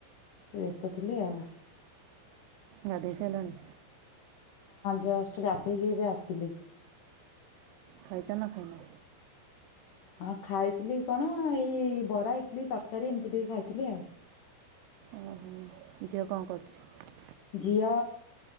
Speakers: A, on the left; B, on the right.
A: ବ୍ୟସ୍ତ ଥିଲି ଆଉ। ହଁ,
B: ଗାଧେଇ ସାରିଲଣି
A: ଜଷ୍ଟ ଗାଧେଇକି ଏବେ ଆସିଲି।
B: ଖାଇଛ। ନା ଖାଇନା
A: ହଁ ଖାଇଥିଲି। କଣ ଏଇ ବରା, ଇଟଲିୀ, ତରକାରୀ ଏମିତି ଟିକେ ଖାଇଥିଲି ଆଉ।
B: ଓହୋ ଝିଅ କଣ କରୁଛି?
A: ଝିଅ